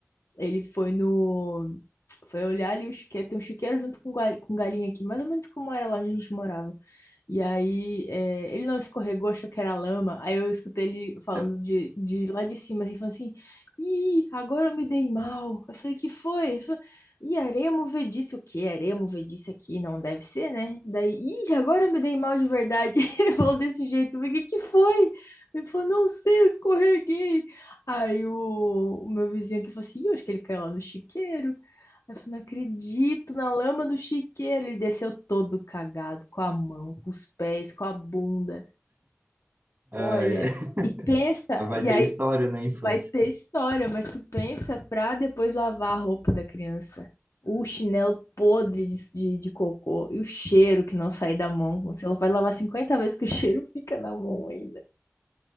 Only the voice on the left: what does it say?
Ele foi no. Foi olhar ali o chiqueiro. Tem um chiqueiro junto com, gal- com galinha aqui, mais ou menos como era lá onde a gente morava. E aí, é, ele não escorregou, achou que era lama. Aí eu escutei ele falando
de, de lá de cima, assim, falando assim: Ih, agora eu me dei mal. Eu falei: Que foi? Ele falou: Ih, areia movediça. O quê? Areia movediça aqui? Não deve ser, né? Daí, Ih, agora eu me dei mal de verdade. <laughs> Ele falou desse jeito. Eu falei: Que que foi? Ele falou: Não sei, eu escorreguei. Aí o, o meu vizinho aqui falou assim: Ih, eu acho que ele caiu lá no chiqueiro. Aí eu falei: não acredito, na lama do chiqueiro. Ele desceu todo cagado, com a mão, com os pés, com a bunda.
Olha, e pensa,
e
aí
vai ter história, mas tu pensa pra depois lavar a roupa da criança. O chinelo podre de, de, de cocô e o cheiro que não sai da mão. Você vai lavar 50 vezes que o <laughs> cheiro fica na mão ainda.